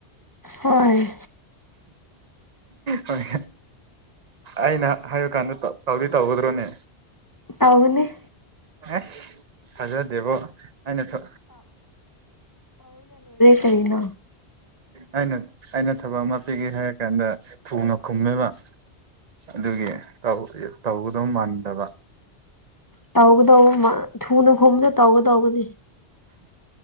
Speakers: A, on the left; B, on the right.
A: ꯍꯣꯏ꯫
B: ꯍꫭꯏ ꯑꯩꯅ ꯍꯥꯏꯕ ꯀꯥꯟꯗ ꯇ ꯇꯧꯗꯤ ꯇꯧꯒꯗ꯭ꯔꯣꯅꯦ꯫
A: ꯇꯧꯒꯅꯤ꯫
B: ꯑꯦꯁ ꯊꯖꯗꯦꯕꯣ ꯑꯩꯅ ꯊ
A: ꯀꯩꯅꫭ꯫
B: ꯑꯩꯅ ꯑꯩꯅ ꯊꯕꯛ ꯑꯃ ꯄꯤꯒꯦ ꯍꯥꯏꯔ ꯀꯥꯟꯗ ꯊꯨꯅ ꯈꯨꯝꯃꯦꯕ꯫ ꯑꯗꯨꯒꯤ ꯇꯧꯒꯗꯧ ꯃꯥꯟꯗꯕ꯫
A: ꯇꯧꯒꯗꯧꯕ ꯃꯥ ꯊꯨꯅ ꯈꯨꯕꯗꫭ ꯇꯧꯒꯗꯧꯒꯅꯤ꯫